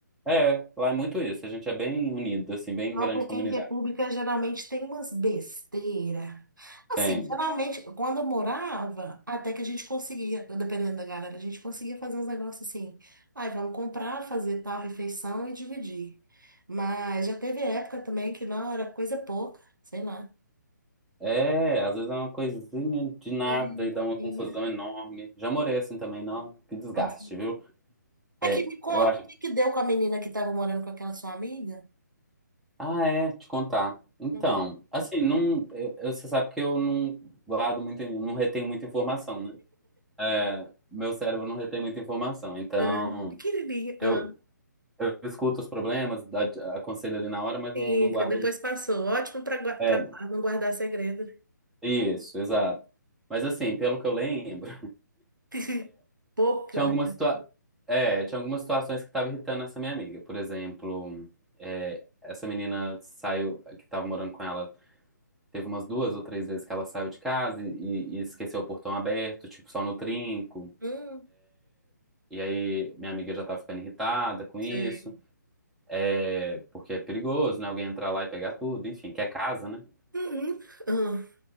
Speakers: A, in the centre; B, on the right.
A: É, lá é muito isso. A gente é bem unido, assim, bem
B: Não,
A: grande
B: porque
A: comunidade.
B: em república geralmente tem umas besteira. Assim,
A: Tem.
B: geralmente, quando eu morava, até que a gente conseguia, dependendo da galera, a gente conseguia fazer uns negócios assim. Ai, vamos comprar, fazer tal refeição e dividir. Mas já teve época também que não era coisa pouca, sei lá.
A: É, às vezes é uma coisinha de nada
B: É,
A: e
B: bobinha.
A: dá uma confusão enorme. Já morei assim também, não, que desgaste,
B: Nossa, não.
A: viu?
B: Aqui,
A: É,
B: me conta
A: eu acho.
B: o que que deu com a menina que estava morando com aquela sua amiga?
A: Ah, é, te contar. Então,
B: Hum,
A: assim, não, eu- eu- você sabe que eu não guardo muito, eu não retenho muita informação, né? É, meu cérebro não retém muita informação. Então,
B: hum, pequenininha.
A: eu, eu escuto os problemas, a- aconselho ali na hora, mas
B: Sim,
A: não, não guardo
B: que depois
A: muito.
B: passou. Ótimo para
A: É,
B: não guardar segredo.
A: isso, exato. Mas assim, pelo que eu lembro,
B: <laughs> Pouco
A: <laughs>
B: que
A: tinha
B: eu lembro.
A: algumas situa- é, tinha algumas situações que estavam irritando essa minha amiga. Por exemplo, é, essa menina saiu, que estava morando com ela Teve umas duas ou três vezes que ela saiu de casa e, e esqueceu o portão aberto, tipo, só no trinco.
B: Hum,
A: E aí minha amiga já tá ficando irritada com
B: sei.
A: isso, é, porque é perigoso, né? Alguém entrar lá e pegar tudo, enfim, que é casa, né?
B: Uhum. Ah,